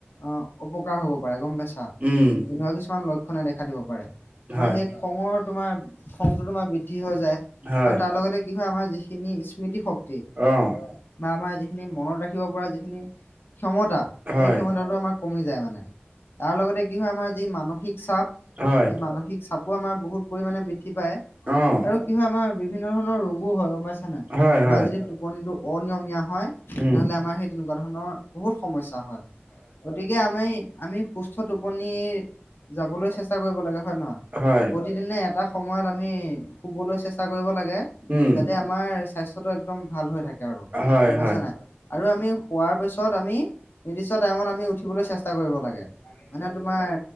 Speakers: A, on the left (about 65°); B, on the right (about 40°).
A: অ, অপকাৰ হ'ব পাৰে গম পাইছা।
B: উম।
A: এনেকুৱা কিছুমান লক্ষণে দেখা দিব পাৰে। তোমাৰ
B: হয়,
A: সেই খঙৰ তোমাৰ খংটো তোমাৰ বৃদ্ধি হৈ যায় আৰু
B: হয়।
A: তাৰ লগতে কি হয় আমাৰ যিখিনি স্মৃতি শক্তি
B: অ',
A: বা আমাৰ যিখিনি মনত ৰাখিব পৰা যিখিনি ক্ষমতা
B: হয়,
A: সেই ক্ষমতাটো আমাক কমি যায় মানে তাৰ লগতে কি হয় আমাৰ যি মানসিক চাপ
B: হয়,
A: সেই মানসিক চাপোমাৰ বহুত পৰিমাণে বৃদ্ধি বৃদ্ধি পায়
B: অ',
A: আৰু কি হয় আমাৰ বিভিন্ন ধৰণৰ ৰোগো হয়, গম পাইছা না
B: হয়,
A: আমাৰ
B: হয়,
A: যদি টোপনি, টো অনিয়মীয়া হয়
B: উম,
A: নহ'লে আমাৰ সেই তেনেকুৱা ধৰণৰ বহুত সমস্যা হয় গতিকে আমি, আমি সুস্থ টোপনিৰ যাবলৈ চেষ্টা কৰিব লাগে হয়, নহয়।
B: হয়,
A: প্ৰতিদিনে এটা সময়ত আমি শুবলৈ চেষ্টা চেষ্টা কৰিব লাগে
B: উম,
A: যাতে আমাৰ স্বাস্থ্যটো একদম ভাল হৈ থাকে আৰু
B: হয়,
A: গম
B: হয়,
A: পাইছা না। আৰু আমি শোৱাৰ পিছত আমি নিৰ্দিষ্ট টাইমত আমি উঠিবলৈ চেষ্টা কৰিব লাগে। মানে তোমাৰ